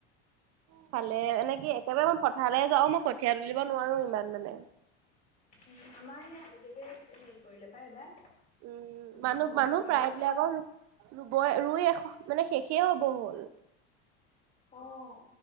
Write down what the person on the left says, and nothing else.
উ, আমাৰ হেই আগতীয়াকে হেৰি কৰিলে পাই এইবাৰ।
উম কঠীয়া পাৰিলে
অ',